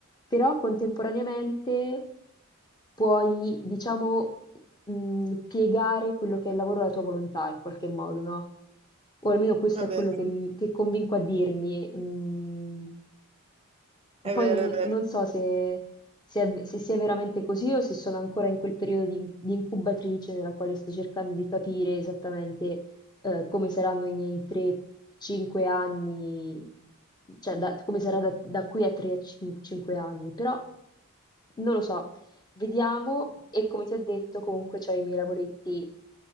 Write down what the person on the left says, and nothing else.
Però contemporaneamente puoi, diciamo, mh, piegare quello che è il lavoro alla tua volontà in qualche modo, no? O almeno questo
è
quello che, che convinco a dirmi. mm.
Poi
n-
non so se se, è- se sia veramente così o se sono ancora in quel periodo di, di incubatrice nella quale sto cercando di capire esattamente eh, come saranno i miei 3-5 anni, cioè da- come sarà da, da qui a 3-5 anni, però non lo so, vediamo e come ti ho detto comunque ho i miei lavoretti